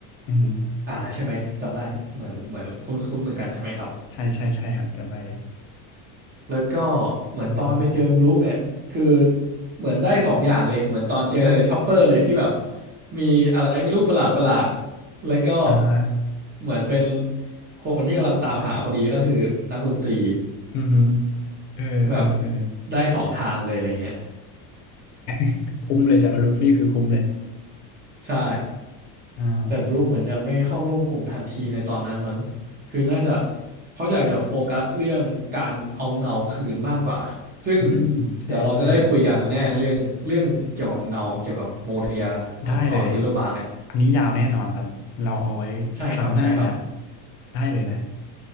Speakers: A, on the left; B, on the right.
A: อือหือ
B: อ่าใช่ไหมจำได้เหมือนเหมือนคุ้นๆเหมือนกันใช่ไหมครับ
A: ใช่ใช่ใช่ครับจำได้เลย
B: แล้วก็เหมือนตอนไปเจอบรู๊คเนี่ยคือ
A: อืม
B: เหมือนได้สองอย่างเลยเหมือนตอนเจอชอปเปอร์เลยที่แบบมีอะไรไม่รู้ประหลาดประหลาดแล้วก็
A: อ่าฮะ
B: เหมือนเป็นคนที่กำลังตามหาพอดีก็คือนักดนตรี
A: อือหือเออเออเออ
B: แบบได้สองทางเลยอะไรเงี้ย
A: <laughs> คุ้มเลยสำหรับลูฟี่คือคุ้มเลย
B: ใช่
A: อ่าอืมอืม
B: แต่บรูคเหมือนยังไม่เข้าร่วมกลุ่มทันทีในตอนนั้นมั้งคือน่าจะเขาอยากจะโฟกัสเรื่องการเอาเงาคืนมากกว่าซึ่ง
A: อืมใช่ใช่
B: เดี๋ยวเราจะได้คุยกันแน่เรื่องเรื่องเกี่ยวกับเงาเกี่ยวกับโมเรียของเกาะทิวเลอร์บาร์กเนี่ย
A: ได้เลย อันนี้ยาวแน่นอนครับ เราเอาไว้ครั้งหน้าเนี่ย
B: ใช่ครับใช่ครับ
A: ได้เลยนะ